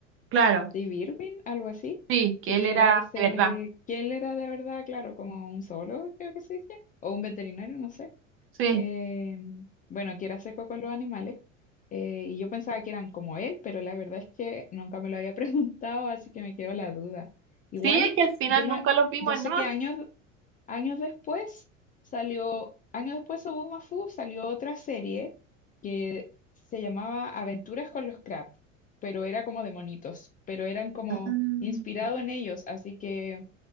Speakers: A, on the right; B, on the left.
A: Claro,
B: Steve Irwin, algo así,
A: sí, que
B: que
A: él era
B: era ese,
A: de verdad.
B: que él era de verdad, claro, como un solo, creo que se dice, o un veterinario, no sé.
A: Sí,
B: em, bueno, que era seco con los animales, eh, y yo pensaba que eran como él, pero la verdad es que nunca me lo había <laughs> preguntado, así que me quedó la duda. Igual,
A: sí, es que al final
B: yo, me,
A: nunca los vimos
B: yo
A: en
B: sé
A: nada.
B: qué año Años después salió, años después hubo Mafu, salió otra serie que se llamaba Aventuras con los Crab, pero era como de monitos, pero eran como
A: Ah,
B: inspirado en ellos, así que